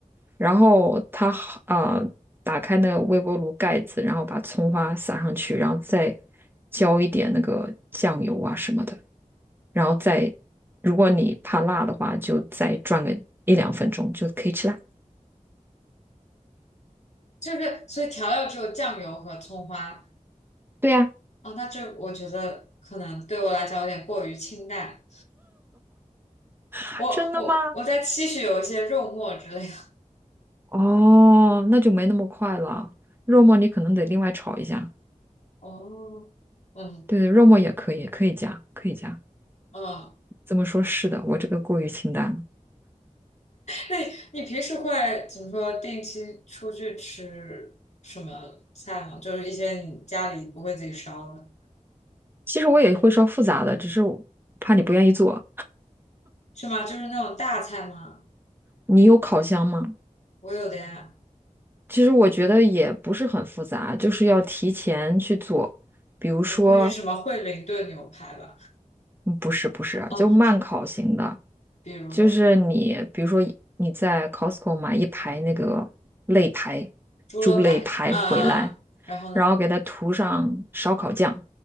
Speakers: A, on the right; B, on the left.
A: 然后它好呃，打开那个微波炉盖子，然后把葱花撒上去，然后再浇一点那个酱油啊什么的，然后再，如果你怕辣的话，就再转个一两分钟就可以吃啦。
B: 就是所以调料只有酱油和葱花。
A: 对呀，
B: 啊。那这我觉得可能对我来讲有点过于清淡。
A: 啊真的吗？
B: 我我我在期许有一些肉末之类的。
A: 哦，那就没那么快了。肉末你可能得另外炒一下。
B: 哦，嗯
A: 对对，肉末也可以，可以加，可以加。
B: 嗯，
A: 这么说，是的，我这个过于清淡了。
B: 那你你平时会怎么说？定期出去吃什么菜吗？就是一些你家里不会自己烧的，
A: 其实我也会烧复杂的，只是我怕你不愿意做。
B: 是吗？就是那种大菜吗？
A: 你有烤箱吗？
B: 我有的呀，
A: 其实我觉得也不是很复杂，就是要提前去做。比如说，
B: 不会是什么惠灵顿牛排吧？
A: 嗯不是不是啊，
B: 哦，
A: 就慢烤型的，
B: 比如
A: 就是你比如说你在 Costco 买一排那个肋排，
B: 猪肋排啊啊，
A: 猪肋排回来，
B: 啊然后呢？
A: 然后给它涂上烧烤酱，